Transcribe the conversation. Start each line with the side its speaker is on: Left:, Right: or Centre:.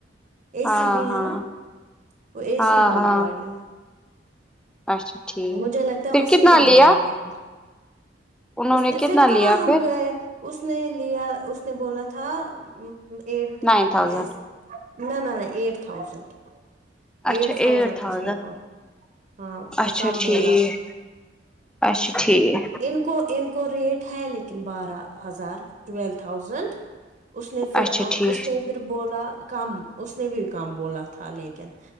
Right: اے
Centre: ہاں
Right: سی بھی ہے
Centre: ہاں
Right: نا وہ اے
Centre: ہاں
Right: سی والی
Centre: ہاں
Right: گاڑی
Centre: اچھا ٹھیک
Right: مجھے لگتا ہے
Centre: پھر
Right: اسی
Centre: کتنا
Right: میں
Centre: لیا
Right: جائیں گے پھر
Centre: انہوں
Right: اس نے
Centre: کتنا
Right: پھر کہاں
Centre: لیا
Right: ہم
Centre: پھر
Right: گئے اس نے لیا اس نے بولا تھا ایٹ
Centre: نائن تھاؤزینڈ
Right: اس نہ نہ نہ ایٹ تھاؤزنڈ ایٹ
Centre: اچھا
Right: تھاؤزنڈ
Centre: تھاؤزینڈ
Right: اس نی بولی ہاں نے
Centre: اچھا
Right: کم
Centre: ٹھیک
Right: بولا
Centre: اچھا ٹھیک
Right: ان کو ان کو ریٹ ہے لیکن بارہ ہزار ٹویل تھاؤزینڈ اس نے پھر
Centre: اچھا
Right: آو
Centre: ٹھیک
Right: اس نے پھر بولا کم اس نے بھی کم بولا تھا لیکن